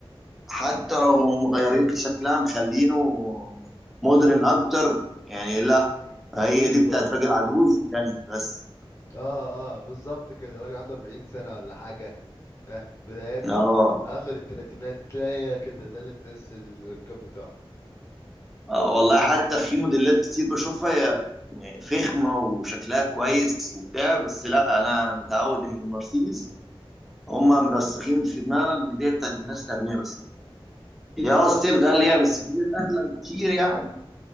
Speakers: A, in the centre; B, on the left.
A: حتى لو مغيرين في شكلها مخلينه مودرن اكتر يعني لا
B: مم، ما
A: هي
B: تجيش
A: دي
B: برضه
A: بتاعت راجل عجوز غني بس
B: اه اه بالظبط كده راجل عنده 40 سنة ولا حاجة اه بدايات
A: اه
B: ال... اخر الثلاثينات تلاقي كده ده اللي تحس الركاب بتاعها
A: آه والله حتى في موديلات كتير بشوفها هي يعني فخمة وشكلها كويس وبتاع بس لا أنا
B: مم.
A: متعود إن المرسيدس هما مرسخين في دماغنا إن دي بتاعت الناس الأغنياء بس هي اه
B: مظبوط
A: ستيل غالية بس دي أغلى بكتير يعني